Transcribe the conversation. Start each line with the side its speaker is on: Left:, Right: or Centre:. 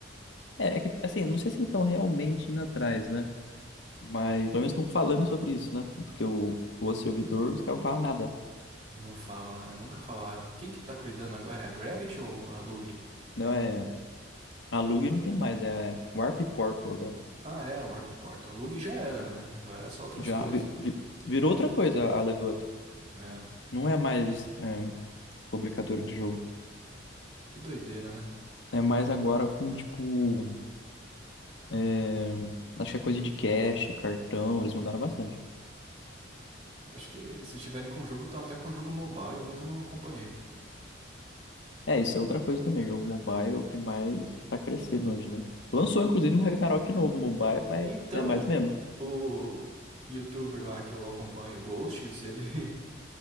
Left: É, é que, assim, eu não sei se eles estão realmente indo atrás, né? Mas pelo menos estão falando sobre isso, né? Porque o, o outro servidor, os caras não falam nada.
Right: Não fala, né? Nunca falaram. Quem que tá cuidando agora? É a Gravity ou a Lug?
Left: Não é. A Lug não tem mais, é Warp Portal agora.
Right: Ah, é, Warp Portal. Lug já era, né? Agora é só outras
Left: Já
Right: coisas.
Left: vi- vi- virou outra coisa a Level Up.
Right: É,
Left: Não é mais é, publicadora de jogo.
Right: que doideira, né?
Left: É, é mais agora com, tipo. é, Acho que é coisa de cache, cartão, eles mandaram bastante.
Right: Acho que se tiverem com jogo, estão até com jogo mobile, mas eu não acompanhei.
Left: É, isso é outra coisa também. Jogo mobile é o que mais tá crescendo hoje, né? Lançou, inclusive, um Ragnarok novo mobile, mas
Right: Então,
Left: é mais do mesmo.
Right: o youtuber lá que eu acompanho, Ghosts, ele <laughs>